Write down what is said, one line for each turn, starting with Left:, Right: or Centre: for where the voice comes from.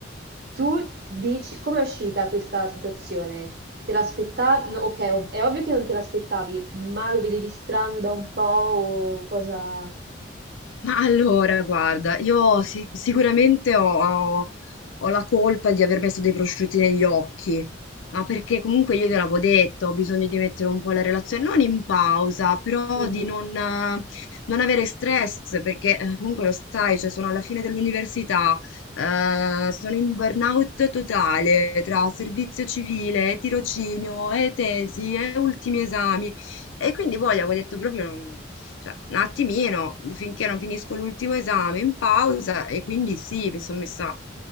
Right: Tu dici, com'è uscita questa situazione? Te l'aspettavi? ok, ov- è ovvio che non te l'aspettavi, ma lo vedevi strano da un po' o cosa...
Left: Ma allora, guarda, io si- sicuramente ho, ho- ho la colpa di aver messo dei prosciutti negli occhi, ma perché comunque io te l'avevo detto, ho bisogno di mettere un po' la relazione, non in pausa, però
Right: Mhm.
Left: di non, eh, non avere stress, perché eh, comunque lo sai, cioè, sono alla fine dell'università, eh, sono in burnout totale tra servizio civile, tirocinio, e tesi, e ultimi esami, e quindi poi avevo detto proprio... non- cioè, un attimino, finché non finisco l'ultimo esame in pausa e quindi sì, mi sono messa un